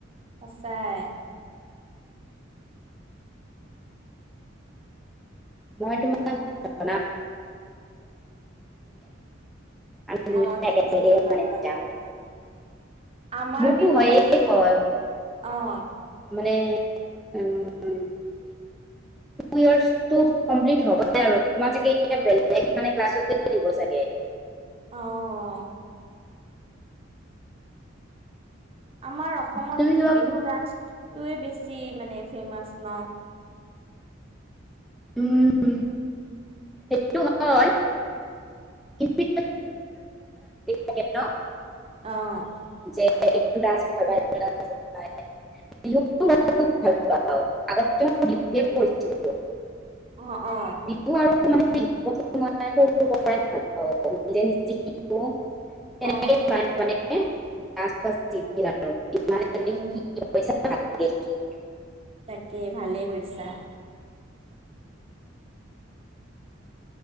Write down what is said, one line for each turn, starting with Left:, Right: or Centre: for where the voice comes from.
Right: সঁচাই।
Centre: মই তোমাক <unintelligible> <unintelligible> আমি দুইজনী
Right: অ ঠিক আছে জনাবা
Centre: <unintelligible> যাম
Right: আমাৰ
Centre: মোৰটো
Right: কিন্তু
Centre: হয়েই কল
Right: অ',
Centre: মানে <unintelligible> ইয়াৰ্ছ টো কমপ্লিট হ'ব আৰু তোমাৰ চাগে এতিয়া, বেলেগ মানে ক্লাছতে দিব চাগে।
Right: অ', আমাৰ অসমতটো
Centre: তুমি কিবা
Right: বিহু ডান্সটোৱেই বেছি, মানে ফেমাচ ন?
Centre: উম, উম। সেইটো হয়, কিন্তু <unintelligible>
Right: অ',
Centre: <unintelligible> <unintelligible> পৰিচিত।
Right: উম অ
Centre: আৰু
Right: অ
Centre: <unintelligible> তেনেক।
Right: অ
Centre: <unintelligible> <unintelligible>
Right: উম তাকে ভালে কৰিছা। <inaudible>